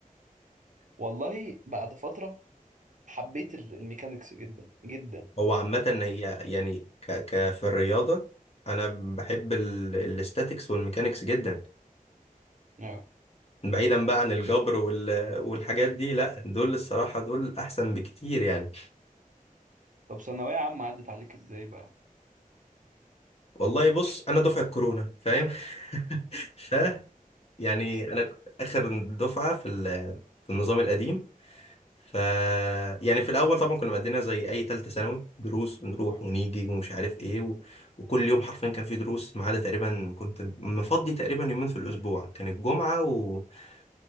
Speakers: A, on the right (about 60°); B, on the left (about 45°).
A: والله بعد فتره حبيت ال- الميكانيكس جدا جدا
B: هو عامة هي يعني ك ك في الرياضة انا بحب ال... الاستاتيكس والميكانيكس جدا
A: اه
B: بعيدا بقى عن الجبر وال والحاجات دي لا دول الصراحة دول احسن بكتير يعني
A: طب ثانويه عامه عدت عليك ازاي بقى
B: والله بص انا دفعه كورونا فاهم <laughs> ف يعني
A: تسلم
B: انا ك- اخر دفعه في ال- في النظام القديم ف يعني في الاول طبعا كنا مقضينا زي اي ثالثه ثانوي دروس بنروح ونيجي ومش عارف ايه و... وكل يوم حرفيا كان في دروس ما عدا تقريبا كنت مفضي تقريبا يومين في الاسبوع كانت جمعه وخميس